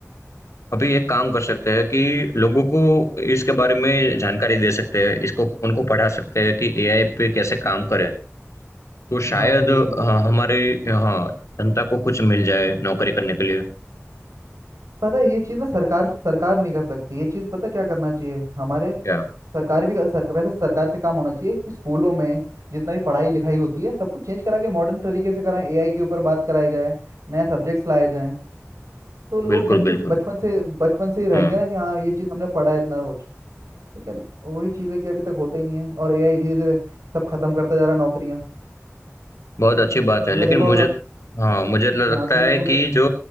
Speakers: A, on the left; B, on the right.
A: अभी एक काम कर सकते हैं कि लोगों को इसके बारे में जानकारी दे सकते हैं इसको उनको पढ़ा सकते हैं कि एआई पे कैसे काम करे तो शायद
B: हाँ ये
A: अ,
B: चीज़ बता
A: हमारी हाँ जनता को कुछ मिल जाए नौकरी करने के लिए
B: पता है ये चीज़ ना सरकार सरकार नहीं कर सकती ये चीज़ पता है क्या करना चाहिए हमारे
A: क्या
B: सरकार भी सरकार वैसे सरकार का काम होना चाहिए कि स्कूलों में जितना भी पढ़ाई लिखाई होती है सब कुछ चेंज करा के मॉडर्न तरीके से कराएं एआई के ऊपर बात कराई जाए नए सब्जेक्ट्स लाए जाएं तो लोग
A: बिल्कुल
B: बच्चे
A: बिल्कुल
B: बचपन से बचपन से ही रहेंगे
A: हम्म
B: ना कि हाँ ये चीज़ हमने पढ़ा है इतना कुछ लेकिन वही चीज़ है कि अभी तक होता ही नहीं है और एआई धीरे धीरे सब खत्म करता जा रहा है नौकरियां
A: बहुत अच्छी बात है
B: तूने
A: लेकिन
B: देखा
A: मुझे
B: होगा
A: हाँ मुझे लगता
B: हाँ तूने
A: है
B: तूने
A: कि जो